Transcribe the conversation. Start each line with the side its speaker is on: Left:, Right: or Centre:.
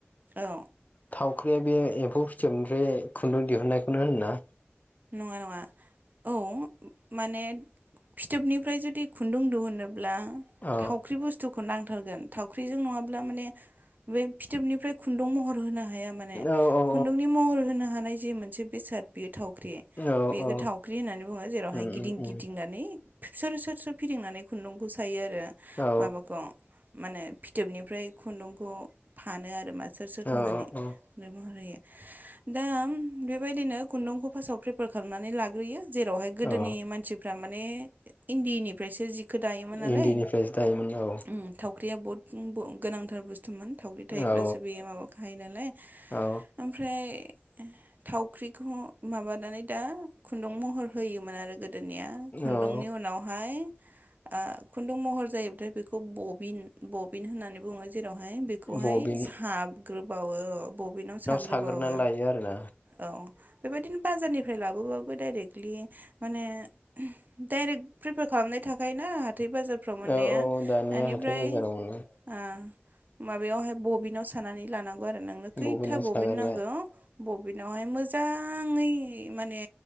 Right: औ
Left: थावख्रिया बे एम्फौ फिथोबनिफ्राय खुन्दुं दिहुननायखौनो होना ना?
Right: नङा- नङा औ माने फिथोबनिफ्राय जुदि खुन्दुं दुहोनो ब्ला
Left: औ
Right: थावख्रि बुस्थु नांथारगोन थावख्रिजों नङाब्ला माने बे फिथोबनिफ्राय खुन्दुं महर होनो हाया माने
Left: औ औ
Right: खुन्दुंनि महर होनो हानाय जि मोनसे बेसाद बेयो थाव ख्रि
Left: औ
Right: बेखौ
Left: औ
Right: थावख्रि होननानै बुङो जेरावहाय
Left: उम
Right: गिदिं
Left: उम उम
Right: गिदिंनानै सोर -सोर -सोर फिदिंनानै खुन्दुंखौ सायो आरो। रो
Left: औ
Right: माबाखौ माने फिथोबनिफ्राय खुन्दुंखौ फानो आरो मा सोर- सोर खामनानै
Left: औ औ
Right: महर होयो। दा बेबायदिनो खुन्दुंखौ सावख्रि बोखारनानै लाग्रोयो। जेरावहाय गोदोनि
Left: औ
Right: मानसिफ्रा माने इन्दिनिफ्रायसो जिखो दायोमोन नालाय
Left: इन्दिनिफ्रायसो दायोमोन औ
Right: उम थाव ख्रिया बहुद गुन‌ दं गोनांथ बुस्थुमोन थावख्रि थायोब्लासो
Left: औ
Right: बेयो माबा खायो नालाय
Left: औ
Right: ओमफ्राय थावख्रिखौ माबानानै दा खुन्दुं महर होयोमोन आरो गोद निया खुन्दुंनि
Left: औ
Right: उनावहाय आ खुन्दुं महर जायोबाथाय बेखौ बबिन- बबिन होननानै बुङो जेरावहाय बेखौहाय
Left: बबिन
Right: साब ग्रोबावो बबिनाव साग्रोबावो
Left: साग्रोना लायो आरोना
Right: औ बेबायदिनो बाजारनिफ्राय लाबोबाबो डाइरेक्टलि माने डाइरेक्ट प्रिफार खालामनाय थाखायोना हाथाय बाजारफ्राव मोननाया
Left: औ औ दानिया
Right: बेनिफ्राय
Left: हाथाय बाजाराव मोनो
Right: आ माबायावहाय बबिनाव सो थानानै लानांगौ आरो नोंनो खैथा
Left: बबिनाव सागारबाय
Right: बबिन नांगौ बबिनावहाय मोजां जाङै माने